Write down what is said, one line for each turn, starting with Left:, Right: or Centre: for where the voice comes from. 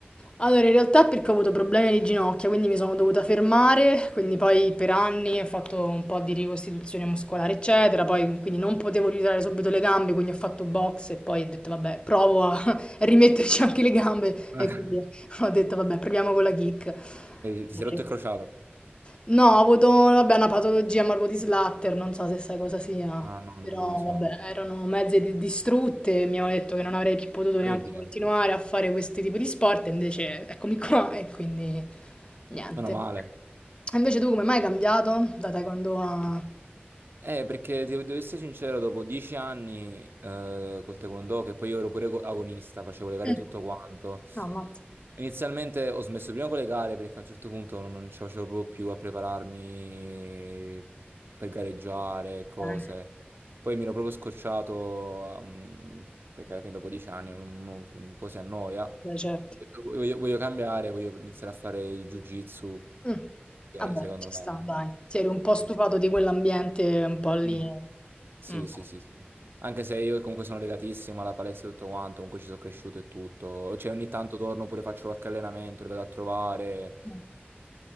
Left: Allora, in realtà è perché ho avuto problemi alle ginocchia, quindi mi sono dovuta fermare, quindi poi per anni ho fatto un po' di ricostituzione muscolare, eccetera, poi quindi non potevo riusare subito le gambe, quindi ho fatto box e poi ho detto vabbè, provo a <laughs> rimetterci anche le gambe
Right: <laughs>
Left: e quindi <laughs> ho detto vabbè, proviamo con la kick.
Right: Eh, Ti
Left: Ok.
Right: sei rotto il crociato?
Left: No, ho avuto vabbè, una patologia morbo di Slatter, non so se sai cosa sia.
Right: No, no, no,
Left: Però
Right: non lo so.
Left: vabbè, erano mezze di- distrutte, mi hanno detto che non avrei più potuto neanche
Right: Orribile.
Left: continuare a fare questi tipi di sport, e invece eccomi qua e quindi niente.
Right: Meno male.
Left: E Invece tu come mai hai cambiato? Da taekwondo a...
Right: Eh, perché ti- devo essere sincero, dopo dieci anni eh, col taekwondo, che poi io ero pure agonista, facevo le gare
Left: Eh,
Right: e tutto quanto,
Left: Ah, ammazza.
Right: Inizialmente ho smesso prima con le gare perché a un certo punto non, non ce la facevo proprio più a prepararmi per gareggiare e cose.
Left: Dai,
Right: Poi mi ero proprio scocciato ehm, perché alla fine dopo dieci anni uno uno un po' si annoia. Ho
Left: dai, certo.
Right: detto, Voglio, voglio cambiare, voglio iniziare a fare il jiu-jitsu
Left: Mm,
Right: perché
Left: Vabbè,
Right: secondo
Left: ci sta,
Right: me
Left: dai. Ti eri un po'
Right: sì.
Left: stufato di quell'ambiente un po' lì.
Right: Mm. Sì,
Left: Mm.
Right: sì, sì, sì. Anche se io comunque sono legatissimo alla palestra e tutto quanto, comunque ci sono cresciuto e tutto. Cioè ogni tanto torno pure faccio qualche allenamento, li vado a trovare.
Left: Mm.